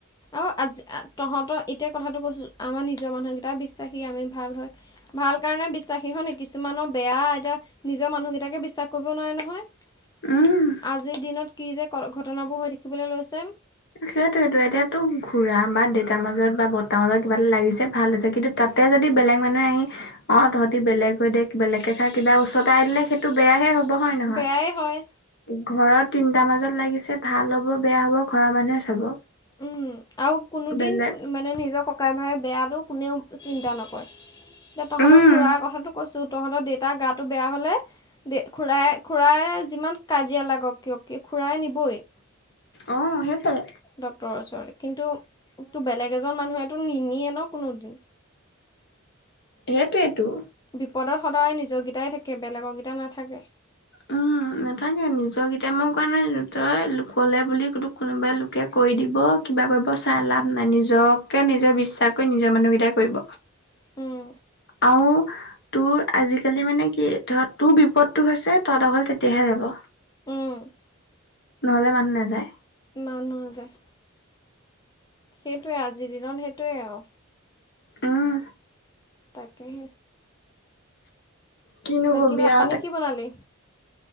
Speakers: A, on the left; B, on the left.
A: অ আজি তহঁতৰ এতিয়া কথাটো কৈছোঁ আমাৰ নিজৰ মানুহকেইটটা বিশ্বাসী আমি ভাল হয়। ভাল কাৰণে বিশ্বাসী হ নি, কিছুমানৰ বেয়া এতিয়া নিজৰ মানুহকেইটাকে বিশ্বাস কৰিব নোৱাৰে নহয়?
B: উম
A: আজিৰ দিনত কি যে ক ঘটনাবোৰ হৈ থাকিবলৈ লৈছে।
B: সেইটোৱেইটো এতিয়াতো ঘোৰা বা দেতাৰ মাজত বা বৰতাৰ মাজত কিবা এটা লাগিছে ভাল হৈছে। কিন্তু তাতে যদি বেলেগ মানুহে আহি অ তহঁতি বেলেগ হৈ দিয়ে বেলেগকে খাই কিবা ওছটাই দিলে সেইটো বেয়াহে হ'ব হয় নহয়?
A: বেয়াই হয়
B: ঘৰত তিনটা মাজত লাগিছে ভাল হব বেয়া হব ঘৰৰ মানুহে চাব।
A: উম, আৰু কোনোদিন
B: বেলেগ
A: মানে নিজৰ ককাই ভাই বেয়াটো কোনেও চিন্তা নকৰে, এতিয়া তহঁতক
B: উম,
A: খুৰাৰ কথাটো কৈছোঁ তহঁতৰ দেউতাৰ গাটো বেয়া হ'লে দে খোৰাই খোৰাই যিমান কাজিয়া লাগক কিয়, খোৰাই নিবই।
B: অ সেইটাই
A: ডক্টৰৰ ওচৰলৈ। কিন্তু তো বেলেগ এজন মানুহেতো নিনিয়ে ন কোনোদিন?
B: সেইটোৱেইেটো
A: বিপদত সদায় নিজৰকেইটাই থাকে বেলেগকেইটা নাথাকে।
B: উম নাথাকে নিজকেইটাই মই কোৱা নাই তই লোক'লে বুলি তোক কোনোবাই লোকে কৈ দিব কিবা কৰিব চাই লাভ নাই, নিজকে নিজৰ বিশ্বাস কৰি নিজৰ মানুহকেইটাই কৰিব।
A: উম
B: আৰু তোৰ আজিকালি মানে কি ধ তোৰ বিপদটো হৈছে তহঁতৰ ঘৰলে তেতিয়াহে যাব।
A: উম
B: নহ'লে মানুহ নাযায়।
A: মানুহ নাযায়। সেইটোৱে আজিৰ দিনত সেইটোৱে আৰু।
B: উম,
A: তাকেহে
B: কিনো
A: বাকী
B: কবি
A: ভাত
B: আৰু
A: পানী
B: তাক
A: কি বনালি?